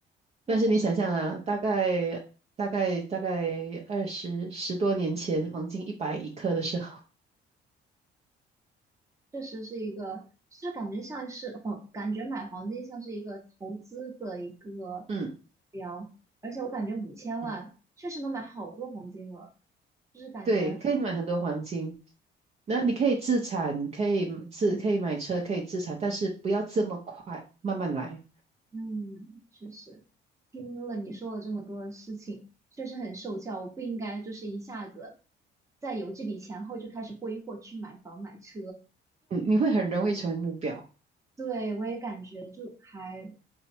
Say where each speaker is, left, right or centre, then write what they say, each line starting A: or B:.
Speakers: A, on the right; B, on the right.
A: 那确实，
B: 但是你想象啊，大概大概大概二十十多年前，黄金一百一克的时候，
A: 确实是一个，就是感觉像是黄，感觉买黄金像是一个投资的一个
B: 嗯
A: 标，而且我感觉五千万确实能买好多黄金了，
B: 嗯，
A: 就是感觉。
B: 对，可以买很多黄金。那你可以自产，可以自可以买车，可以自产，但是不要这么快，慢慢来。
A: 嗯，确实，听了你说了这么多的事情，确实很受教。我不应该就是一下子在有这笔钱后就开始挥霍去买房买车。
B: 你你会很容易成为目标。
A: 对，我也感觉就还